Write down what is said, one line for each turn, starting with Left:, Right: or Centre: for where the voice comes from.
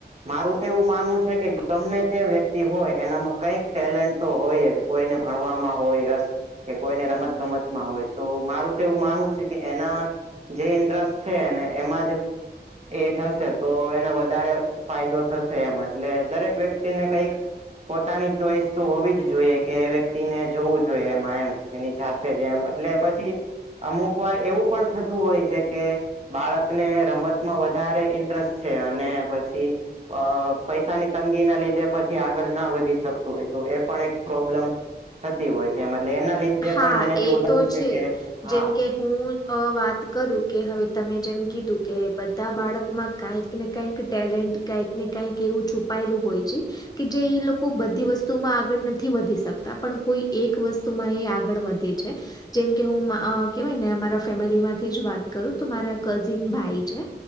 Right: મારુ તો એવું માનવું સે કે ગમે તે વ્યક્તિ હોય એનામાં કઈક ટેલેન્ટ તો હોયે જ. કોઈને ભણવામાં હોય રસ કે કોઈને રમત ગમતમાં હોય. તો મારુ તો એવું માનવુ છે કે એના જે ઇન્ટ્રરસ્ટ છે ને એમાં જ એજ હશે તો એને વધારે ફાયદો થશે એમ અટલે દરેક વ્યક્તિને કઈક પોતાની ચોઈસ તો હોવી જ જોઈએ, કે વ્યક્તિને જવું જોઈએ એમાં એમ. એની જાતે જ એમ એટલે પછી અમુક વાર એવું પણ થતું હોય છે કે બાળકને રમત માં વધારે ઇન્ટ્રસ્ટ છે અને પછી અ પઈસાની તંગી ના લીધે પછી આગળ ના વધી શક ક્તુ ઓય તો એ પણ એક પ્રોબ્લેમ થતી હોય સે મલે એના લી જે
Left: હા
Right: પણ મને
Left: એ
Right: તેવું લાવે
Left: તો
Right: છે કે, હા
Left: જેમ કે હું જ અ વાત કરું કે હવે તમે જેમ કીધું, કે બધા બાળકમાં કઈક ને કઈક ટેલેન્ટ કઈક ને કઈક એવું છુપાયેલું હોય છે. કે જે એ લોકો બધી વસ્તુમાં આગળ નથી વધી શકતા પણ કોઈ એક વસ્તુ એ આગળ વધે છે. જેમ કે હું કેવાય ને અમારા ફેમિલી માંથી જ વાત કરું તો મારા કઝિન ભાઈ છે.